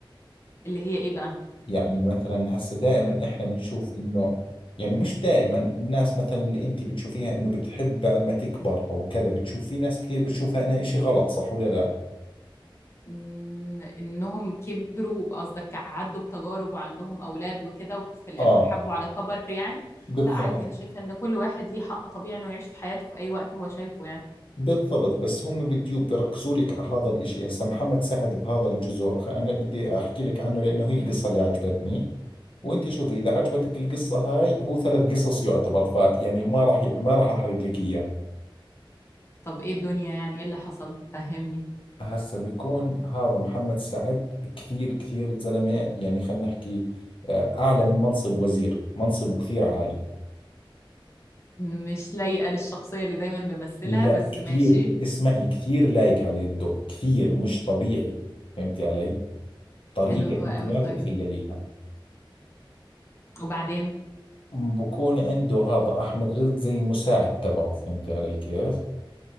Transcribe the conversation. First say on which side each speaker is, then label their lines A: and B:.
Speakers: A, on the left (about 30°); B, on the left (about 70°).
A: اللي هي ايه بقى
B: يعني مثلا هسا دائما احنا بنشوف انه يعني مش دائما الناس مثلا اللي انت بتشوفيها انه بتحب بعد ما تكبر او كذا بتشوف في ناس كثير بتشوفها انها إشي غلط صح ولا لا
A: إن- انهم كبروا قصدك عدوا بتجارب وعندهم اولاد وكده وفي الاخر
B: اه
A: حبوا على كبر يعني
B: بالضبط
A: لا عادي انا شايفة ان كل واحد ليه حق طبيعي انه يعيش في حياته في اي وقت هو شايفه يعني
B: بالضبط بس هم بديوب بيركزوا لك على هذا الاشي هسا محمد سعد بهذا الجزء خ- انا بدي احكي لك عنه لانه هي القصة اللي عجبتني وانت شوفي اذا عجبتك القصة هاي هو ثلاث قصص يعتبر فيعني ما راح ي- ما راح احرق لك اياه
A: طب ايه الدنيا يعني ايه اللي حصل فهمني
B: هسا بيكون هذا محمد سعد كثير كثير زلمة يعني خلينا نحكي آه، اعلى من منصب وزير منصبه كثير عالي
A: مش لايقة للشخصية اللي دايما بمثلها
B: لا
A: بس
B: كثير
A: ماشي
B: اسمعي كثير لايق عليه الدور كثير مش طبيعي فهمتي علي طريقة
A: حلو قوي
B: انت ما
A: طيب
B: تتخيليها
A: وبعدين
B: بكون عنده هذا أحمد رزق زي المساعد تبعه فهمتي علي كيف